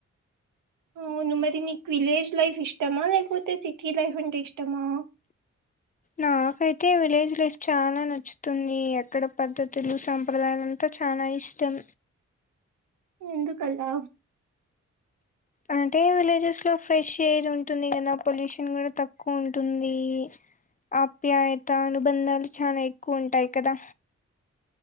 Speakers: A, on the right; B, on the left.
A: అవును మరి నీకు విలేజ్ లైఫ్ ఇష్టమా లేకపోతే సిటీ లైఫ్ అంటే ఇష్టమా
B: నాకైతే విలేజ్ లైఫ్ చాలా నచ్చుతుంది ఎక్కడ పద్ధతులు సంప్రదాయాలు ఇక చనా ఇష్టం
A: ఎందుకు అలా
B: అంటే విలేజెస్ లో ఫ్రెష్ ఎయిర్ ఉంటుంది కదా పొల్యూషన్ కూడా తక్కువ ఉంటుంది ఆప్యాయత అనుబంధాలు చాలా ఎక్కువ ఉంటాయి కదా